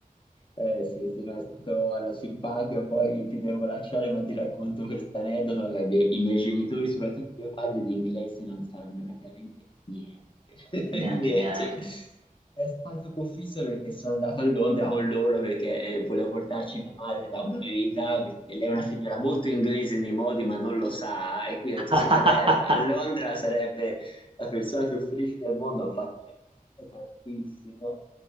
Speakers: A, on the left (about 35°); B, on the right (about 35°).
A: Eh sì, sì, no, è stato allora, simpatico, poi ti devo lasciare, ma ti racconto questa aneddota. Allora, I miei i miei genitori, soprattutto mio padre, di inglese non sanno praticamente niente. <laughs>
B: Neanche
A: Niente.
B: i miei.
A: cioè, È stato confisso perché sono andato a Londra con loro perché eh, volevo portarci mia madre da una vita, perché lei è una signora molto inglese nei modi, ma non lo sa, e quindi
B: <laughs>
A: ho detto, secondo me lei a a Londra sarebbe la persona più felice del mondo, infatti mi è piaciuta tantissimo